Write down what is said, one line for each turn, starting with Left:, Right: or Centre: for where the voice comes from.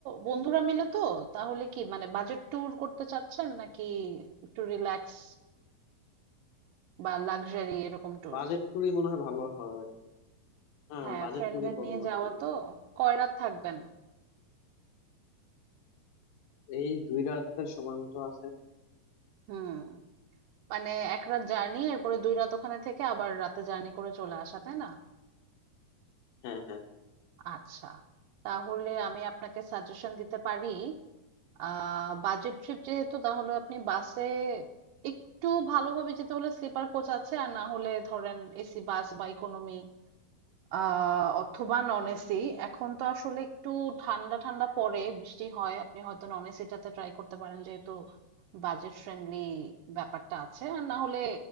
Right: বন্ধুরা মিলে তো তাহলে কি মানে বাজেট ট্যুর করতে চাচ্ছেন নাকি একটু রিল্যাক্স বা লাক্সারি এরকম ট্যুর
Left: বাজেট ট্যুরই মনে হয় ভালো হয় হ্যাঁ
Right: হ্যাঁ
Left: বাজেট
Right: ফ্রেন্ডদের
Left: ট্যুরই করবো
Right: নিয়ে
Left: আর
Right: যাওয়া
Left: কি
Right: তো কয় রাত থাকবেন
Left: এই দুই রাতের সময় মতো আছে
Right: হুম মানে এক রাত জার্নি এরপরে দুই রাত ওখানে থেকে আবার রাতে জার্নি করে চলে আসা তাই না
Left: হ্যাঁ হ্যাঁ
Right: আচ্ছা তাহলে আমি আপনাকে সাজেশন দিতে পারি আহ বাজেট ট্রিপ যেহেতু তাহলে আপনি বাসে একটু ভালোভাবে যেতে হলে স্লিপার কোচ আছে আর না হলে ধরেন এসি বাস বা ইকোনমি আহ অথবা নন এসি এখন তো আসলে একটু ঠান্ডা ঠান্ডা পড়ে বৃষ্টি হয় আপনি হয়তো নন এসিটাতে ট্রাই করতে পারেন যেহেতু বাজেট ফ্রেন্ডলি ব্যাপারটা আছে আর না হলে